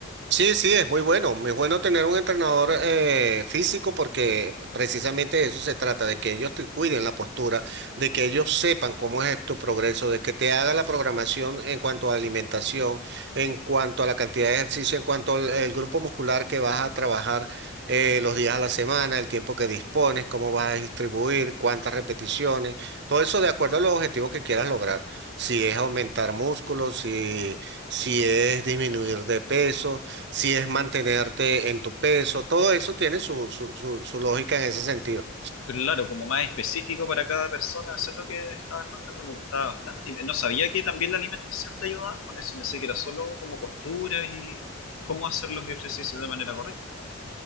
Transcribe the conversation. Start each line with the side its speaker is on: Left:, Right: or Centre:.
Right: Sí, sí, es muy bueno. Muy bueno tener un entrenador eh, físico porque precisamente de eso se trata, de que ellos te cuiden la postura, de que ellos sepan cómo es tu progreso, de que te haga la programación en cuanto a alimentación, en cuanto a la cantidad de ejercicio, en cuanto al el grupo muscular que vas a trabajar eh, los días a la semana, el tiempo que dispones, cómo vas a distribuir, cuántas repeticiones, todo eso de acuerdo a los objetivos que quieras lograr. Si es aumentar músculos, si, si es disminuir de peso si es mantenerte en tu peso, todo eso tiene su, su, su, su lógica en ese sentido.
Left: Claro, como más específico para cada persona, eso es lo que estabas contando, me gustaba bastante. Y no sabía que también la alimentación te ayudaba con eso, pensé que era solo como posturas y cómo hacer los ejercicios de manera correcta.